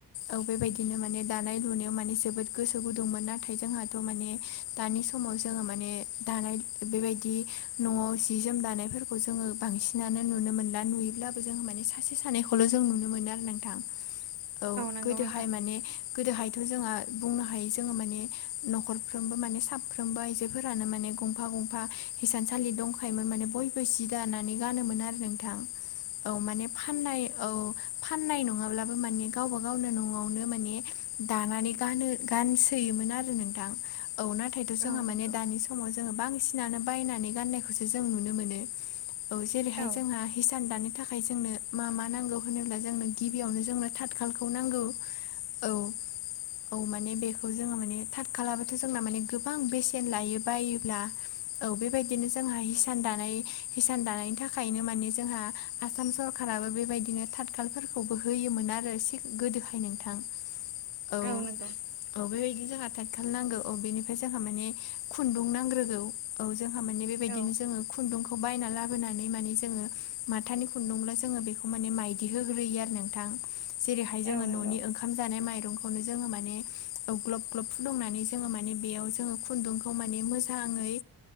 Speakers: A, on the left; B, on the right.
A: औ बेबायदिनो माने दानाय लुनायाव माने जोबोद गोसो गुदुंमोन नाथाय जोंहाथ' माने दानि समाव जोङो माने दानाय बेबायदि न'आव जि जोम दानाय खौ जोङो बांसिनानो नुनो मोनला नुयोब्लाबो जोङो माने सासे सानैखौल' जों नुनो मोनो आरो नोंथां औ
B: नंगौ
A: गोदोहाय
B: नोंथां
A: माने गोदोहायथ' जोंहा बुंनो हायो जोङो माने न'खरफ्रोमबो माने साफ्रोमबो आइजोफोरानो माने गंफा गंफा थसानसालि दंखायोमोन माने बयबो सि दानानै गानोमोन आरो नोंथां। औ माने फाननाय औ फाननाय नङाब्लाबो माने गावबा गावनो न'आवनो माने दानानै ग गानसोयोमोन आरो नोंथां औ नाथायथ' जोंहा
B: औ नंगौ
A: माने दा दानि समाव जोङो बांसिनानो बायनानै गाननायखौसो जों नुनो मोनो। औ जेरैहाय
B: औ
A: जोंहा हिसान दानो थाखाय ओमफ्राय जोंनो मा मा नांगौ होनोब्ला जोंनो गिबियावनो जोंनो थाथखालखौ नांगौ। औ औ माने बेखौ जोङो माने थार खालामबथ' जोंना माने गोबां बेसेन लायो बायोब्ला औ बेबायदिनो जोंहा िसान दानाय हिसान दानायनि थाखायनो माने जोंहा आसाम सरकाबो बेबायदिनो थाथखालफोरखौबो होयोमोन आरो ए गोदोहाय नोंथां।
B: <inaudible>
A: औ
B: नंगौ
A: औ बेबायदिनो जाखाथार खथाल नांगौ औ बेनिफ्राय जोंहा माने खुन्दुं नांग्रोगौ औ जोंहा माने बेबायदिनो
B: औ
A: जोङो खुन्दुंखौ बायना लाबोनानै माने जोङो माथानि खुन्दुंल' जोङो बेखौ माने माइदिहोग्रोयो आरो नोंथां। जेरैहाय जोङो
B: औ नंगौ
A: न'नि ओंखाम जानाय माइरंखौनो जोङो माने ग्लब ग्लब दंनानै जोङो माने बेयाव जोङो खुन्दुंखौ माने मोजाङै